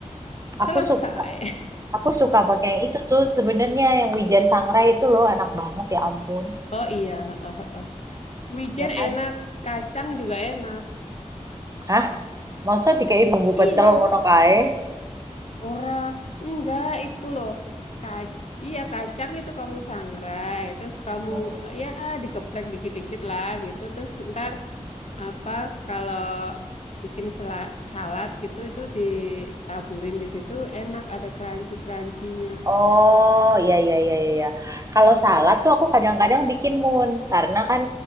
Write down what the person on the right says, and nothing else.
Aku suka,
aku suka pakai yang itu tuh sebenarnya yang wijen sangrai itu loh, enak banget ya ampun,
ya kan?
Hah? Masa dikai bumbu
pecel ngono kae?
Hmm.
Oh, iya iya iya iya. iya. Kalau salad tuh aku kadang-kadang bikin mun karena kan